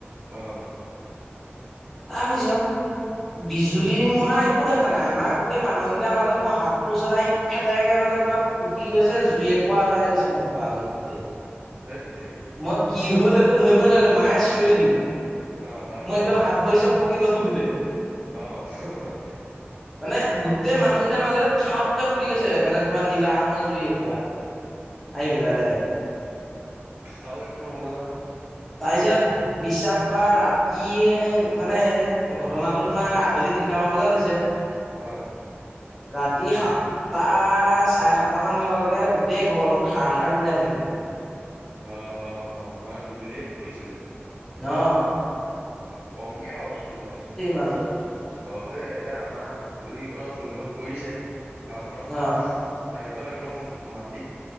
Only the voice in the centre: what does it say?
তাৰপিছত বিজুলী মই একো দেখা নাই আমাৰ গোটেই মানুহ কেইটাৰ মাজত মোৰ হাতটো ওচৰত আহি ফেতেৰেকে মা ানে তোমাৰ ফুটি গৈছে জুই এককা ওলাই গৈছে মুখৰ আগত গোটেই।
মই কি হ'ল একো ধৰিবই নোৱাৰিলো মায়ে চিঞৰি দিলে।
মই একদম হাত ভৰি চ'ব কঁপি গৈছো গোটেই।
মানে গোটেই মানুহকেইটাৰ মাজতে থাপ কে ফুটি গৈছে মানে তোমাৰ নীলা ৰঙৰ জুই একুৰা আহি পেলাই ডাইৰেক্ট।
তাৰ পিছত বিশ্বাস কৰা ৰাতিয়ে মানে, হেৰি ঘটনাটো তোমাৰ আবেলি দি তিনিটামান বজাত হৈছে।
ৰাতি সাত তাৰ চাৰে সাতটাামান বজালৈকে গোটেই ঘৰটো খাৰ খাৰ গোন্ধাই থাকিলে।
অহ।
মাজত
অ